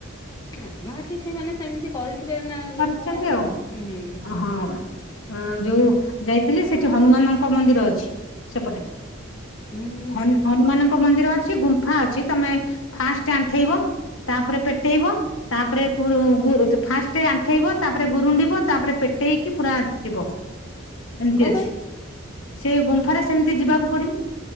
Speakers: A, on the left; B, on the left.
A: ନା ମୋ ହେଟି ସେମାନେ ସେମିତି କରିଥିବେ ନା ଲୋକଙ୍କୁ
B: ହଁ କରିଛନ୍ତି
A: ଅନଉଛନ୍ତି
B: ଆଉ,
A: ହୁଁ
B: ଏ ହଁ ଅଁ, ଯୋଉ ଯାଇଥିଲି ସେଠି ହନୁମାନଙ୍କ ମନ୍ଦିର ଅଛି। ସେପଟେ
A: ହୁଁ।
B: ହନ ହନୁମାନଙ୍କ ମନ୍ଦିର ଅଛି ଗୁମ୍ ହଁ ଅଛି। ତୋମେ ଫାଷ୍ଟ ଆଣ୍ଠେଇବ ତାପରେ ପେଟେଇବ ତାପରେ ପୁରୁ ଗୁରୁ ଫାଷ୍ଟ ଆଣ୍ଠେଇବ ତାପରେ ଗୁରୁଣ୍ଡିବ ତାପରେ ପେଟେଇକି ପୁରା ଯିବ ଏମିତି
A: କଣ
B: ଅଛି।
A: ପାଇଁ
B: ସେ ଗୁମ୍ଫାରେ ସେମିତି ଯିବାକୁ ପଡିବ।